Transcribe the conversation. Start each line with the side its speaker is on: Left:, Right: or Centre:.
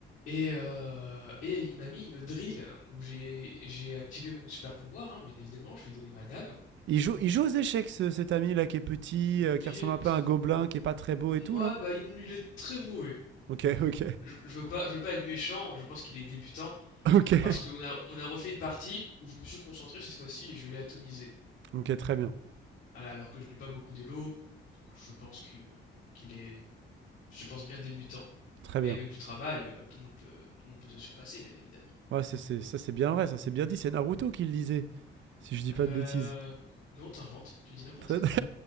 Left: et, euh, et il m'a mis une drill hein, où j'ai j'ai activé mon super pouvoir, hein, bien évidemment, je lui ai donné ma dame.
Right: Il joue, il joue aux échecs, ce- cet ami là qui est petit, euh, qui
Left: Il
Right: ressemble
Left: est,
Right: un peu
Left: t-
Right: à un gobelin, qui est pas très beau et
Left: ouais,
Right: tout là.
Left: bah, il, il est très mauvais.
Right: Ok, ok,
Left: Je, je veux pas, je veux pas être méchant, je pense qu'il est débutant,
Right: <laughs> ok.
Left: parce qu'on a, on a refait une partie où je me suis concentré cette fois-ci et je l'ai atomisé.
Right: Ok, très bien,
Left: Voilà, alors que je n'ai pas beaucoup d'élo, donc je pense qu'il est, je pense bien débutant.
Right: très
Left: Mais
Right: bien.
Left: avec du travail, euh, tout le monde peut, tout le monde peut se surpasser, bien évidemment.
Right: Ouais, c'est, c'est- ça c'est bien vrai, ça c'est bien dit, c'est Naruto qui le disait, si je dis
Left: Euh...
Right: pas de bêtises.
Left: Non, t'inventes, tu dis n'importe
Right: Très-
Left: quoi.